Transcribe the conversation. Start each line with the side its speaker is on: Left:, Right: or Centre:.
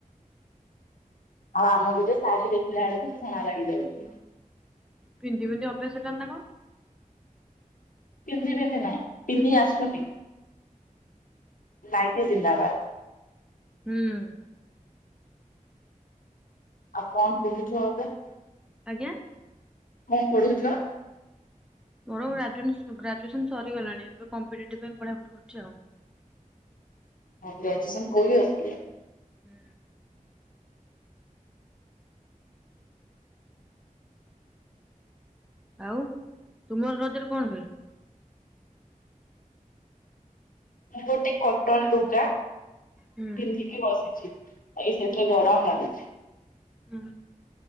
Left: ଆଉ ଆମକୁ ଯେ ଶାଢୀ ଦେଖିଲା ବେଳକୁ ଘୃଣା ଲାଗିଯାଉଛି।
Centre: ପିନ୍ଧି ପିନ୍ଧି ଅଭ୍ୟାସ ହେଲାଣି ନା କଣ।
Left: ପିନ୍ଧି ପିନ୍ଧି ନାଇଁ ପିନ୍ଧି ଆସୁନି ନାଇଟି ଜିନ୍ଦାବାଦ।
Centre: ହୁଁ।
Left: ଆଉ କଣ ପଢୁଛ ଏବେ କଣ
Centre: ଆଜ୍ଞା
Left: ପଢୁଛ?
Centre: ମୋର ଗ୍ରାଜୁ ଗ୍ରାଜୁଏସନ୍ ସରିଗଲାଣି ଏବେ କମ୍ପିଟିଟିଭ୍ ପାଇଁ ପଢାପଢି କରୁଛି ଆଉ।
Left: ଓହ ଗ୍ରାଜୁଏସନ୍ କୋଉ ଇଅର ସରିଲା?
Centre: ହୁଁ। ଆଉ ତୁମର ରଜରେ କଣ ହୁଏ?
Left: ମୁଁ ଗୋଟେ କଟନ ଲୁଗା
Centre: ହୁଁ
Left: ପିନ୍ଧିକି ବସିଛି। ଏଇ ସେଥିରେ ଗରମ ଲାଗୁଛି।
Centre: ହୁଁ,